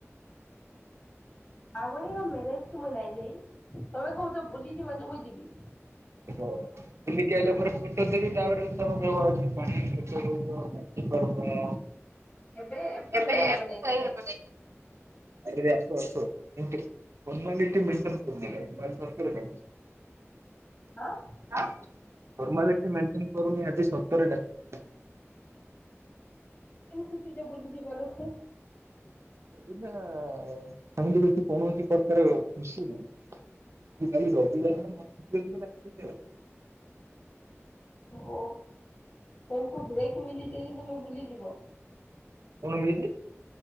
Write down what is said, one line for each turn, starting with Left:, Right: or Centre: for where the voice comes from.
Left: ଭଭଣୀର ମ୍ୟାରେଜ କି ମୁଇଁ ନାଇଁ ଯାଇ ତମେ କହୁଛ ବୁଲି ଯିମା ଯେ ମୁଇଁ ଯିବି।
Right: ହ ବୁଲିକି ଆଇଲାପରେ ଫଟୋଦେବି। ତାପରେ ତମେ କହିବ ପାଣି <inaudible> ବୁଝିପାରୁନ,
Left: ଏବେ
Right: ଏବେ
Left: ଯାଇ ହେବ ନାଇଁ
Right: କହିହେବନାହିଁ।
Left: କେନା
Right: ଆଜ୍ଞା। ଫର୍ମାଲିଟି ମେଣ୍ଟେନ କରୁନାହିଁ।
Left: ହଁ
Right: ଫର୍ମାଲିଟି ମେଣ୍ଟେନ୍। କରୁନି, ଆଜି ସତରେ ଡାକ
Left: କେନ୍ ଖୁସିରେ ବୁଲିଯିବାର ଅଛି।
Right: ଏଇଟା ସେମିତି କିଛି କୌଣସି ପ୍ରକାରେ ଖୁସି ନାହିଁ। କାଲି ରବିବାରଟା ମୋତେ କିଏ ବିତ ଡାକିଲା।
Left: ଓ ତମକୁ ବ୍ବ୍ରେକ୍ ମିଲିଯାଇଛି, ତମେ ବୁଲିଯିବ।
Right: କଣ ମିଳିଛି